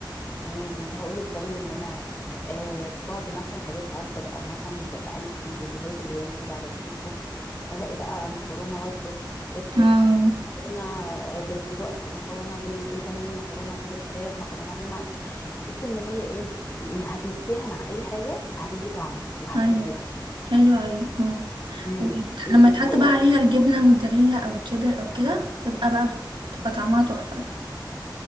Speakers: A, on the left; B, on the right.
A: تمام كنت هقولك برضو ان انا آه في بعض مثلا الحاجات ساعات ببقى مثلا ب- بقلب في الفيديوهات اللي هي موجوده على الفيسبوك الاقي بقى مكرونه وايت صوص ريد صوص
B: اه
A: مكرونه بالسجق مكرونه بال- بالبانيه مكرونه بالفراخ مكرونه بالم تحس ان هي ايه يعني هتمكسيها مع اي حاجه هتدي طعم وهتحبيها
B: ايوه حلو اوي اه
A: امم
B: ولما
A: و...
B: يتحط
A: و...
B: بقى عليها الجبنه موتزاريلا او تشيدر او كده تبقى بقى بتبقى طعمها تحفه